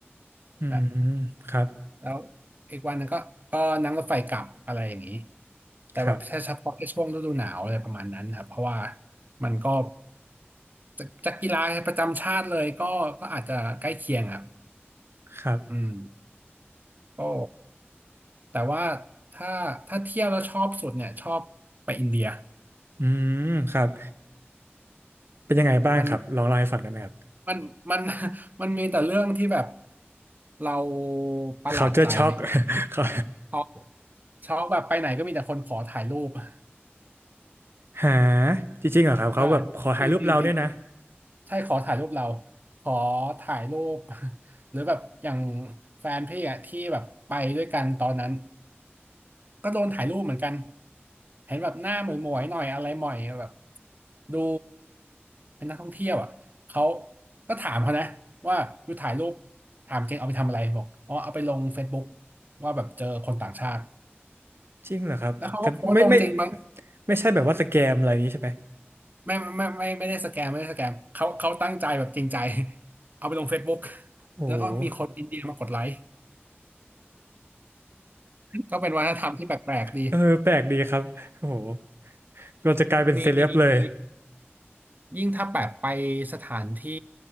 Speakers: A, on the right; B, on the right.
A: อืม
B: แบบ
A: ครับ
B: แล้วอีกวันหนึงก็ก็นั่งรถไฟกลับอะไรอย่างนี้แต่แบบแค่เฉพาะแค่ช่วงฤดูหนาวอะไรประมาณนั้นครับเพราะว่า
A: ครับ
B: มันก็จากจากกีฬาประจำชาติเลยก็ก็อาจจะใกล้เคียงอ่ะ
A: ครับ
B: อืมก็แต่ว่าถ้าถ้าเที่ยวแล้วชอบสุดเนี่ยชอบไปอินเดีย
A: อืมครับ เป็นยังไงบ้างครับลองเล่าให้ฟังได้ไหมครับ
B: มัน มันมัน <laughs> มันมีแต่เรื่องที่แบบเราประหลาดใจนะอีกนะ
A: culture shock <laughs> เขา
B: ช็อกช็อกแบบไปไหนก็มีแต่คนขอถ่ายรูป <laughs>
A: หาจริงๆเหรอครับเขาแบบขอถ่ายรูปเราด้วยนะ
B: อ่าจริงจริงจริงใช่ขอถ่ายรูปเราขอถ่ายรูป <laughs> หรือแบบอย่างแฟนพี่อะที่แบบไปด้วยกันตอนนั้น ก็โดนถ่ายรูปเหมือนกัน เห็นแบบหน้าหมวยๆหน่อยอะไรหม่อยแบบดูเป็นนักท่องเที่ยวอ่ะเขาก็ถามเขานะว่าอยู่ถ่ายรูปถามเก่งเอาไปทำอะไรบอกอ๋อเอาไปลง Facebook ว่าแบบเจอคนต่างชาติ
A: จริงเหรอครับแต่ไม่ไม่
B: แล้วเขาก็โพสต์ลงจริงบาง
A: ไม่ใช่แบบว่าสแกมอะไรอย่างนี้ใช่ไหม
B: ไม่ไม่ไม่ไม่ได้สแกมไม่ได้สแกมเขาเขาตั้งใจแบบจริงใจเอาไปลง Facebook
A: โอ้โห
B: แล้วก็มีคนอินเดียมากดไลค์ก็เป็นวัฒนธรรมที่แปลกๆดี
A: เออแปลกดีครับโอ้โหเราจะกลายเป็นเซเลบเลย
B: มี ยิ่งถ้าแบบไปสถานที่